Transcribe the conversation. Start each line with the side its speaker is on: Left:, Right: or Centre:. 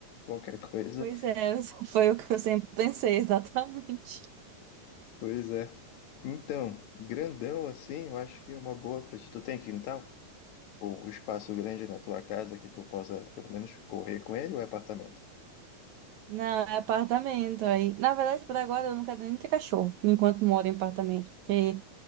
Left: Qualquer coisa.
Right: Pois é, <laughs> foi o que eu sempre pensei, <laughs> exatamente.
Left: Pois é. Então, grandão assim, eu acho que é uma boa pra ti. Tu tem quintal? Ou um espaço grande na tua casa que tu possa pelo menos correr com ele ou é apartamento?
Right: Não, é apartamento. Aí, na verdade, por agora eu não quero nem ter cachorro, enquanto moro em apartamento. Porque,